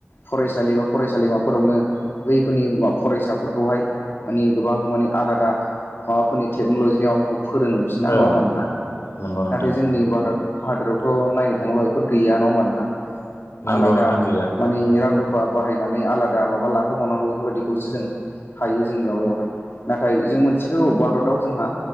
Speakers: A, on the left (about 60°); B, on the left (about 85°).
A: फरायसालि बा फरायसालिमाफोरावनो फोरनि फरायसाफोरखौहाय माने गोबां माने आलादा माबाफोरनि टेक्न'लजिनि माबाफोरखौ फोरोङो बिसिना, नङा
B: औ
A: होमबा नोंथां?
B: नंगौ नोंथां
A: नाथाय जोंनि भारत हादोरावथ' नायनो थाङोब्ला बेफोर गैया। नङा होनबा नोंथां?
B: नंगौ
A: आलादा
B: नोंथां गैया
A: माने रां रुफा बाहायनानै आलादा माबा लाहोबावनांगौ बेफोरबायदिखौसो जों हायो जोंनि माबायावहाय, नाथाय जों मोन थिगौ भारताव जोंहा